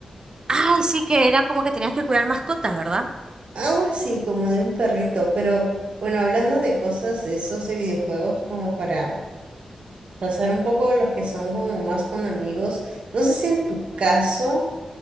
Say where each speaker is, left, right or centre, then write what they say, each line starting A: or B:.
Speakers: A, on the right; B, on the right.
A: Ay, sí que era como que tenías que cuidar mascotas, ¿verdad?
B: Algo así, como de un perrito, pero bueno, hablando de cosas de esos de videojuegos, como para pasar un poco a los que son como más con amigos, no sé si en tu caso